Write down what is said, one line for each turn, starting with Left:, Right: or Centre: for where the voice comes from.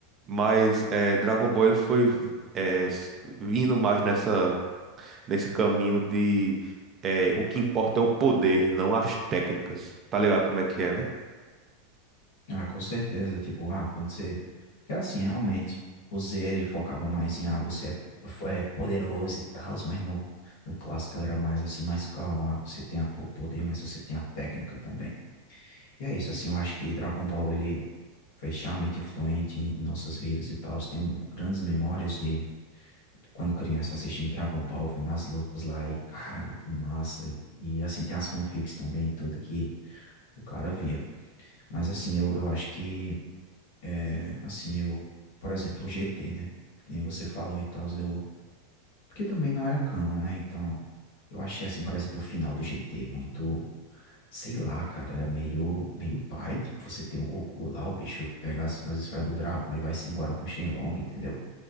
Right: Mas é, Dragon Ball ele foi é, s- indo mais nessa nesse caminho de eh, o que importa é o poder, não as técnicas. Tá ligado como é que é, né?
Left: Ah, com certeza, tipo, ah, quando você... Porque assim, realmente, o Z, ele focava mais em, ah, você é, é poderoso e tal, mas no, no clássico ele era mais assim, mais calmo, ah, você tem a, o poder, mas você tem a técnica também. E é isso, assim, eu acho que Dragon Ball, ele foi extremamente influente em nossas vidas e tal, eu tenho grandes memórias de quando criança assistindo Dragon Ball, vendo as lutas lá e, caramba, que massa, e, e assim, tem as fanfics também, tudo que o cara via. Mas assim, eu, eu acho que é, assim, eu, por exemplo, o GT, né? Que nem você falou e tal, eu. Porque também não era canon, né? Então, eu achei, assim, por exemplo, o final do GT muito. Sei lá, cara, era meio, meio paia. Tipo, você tem o Goku lá, o bicho pega as, as esferas do dragão e vai-se embora com o Shenlong, entendeu?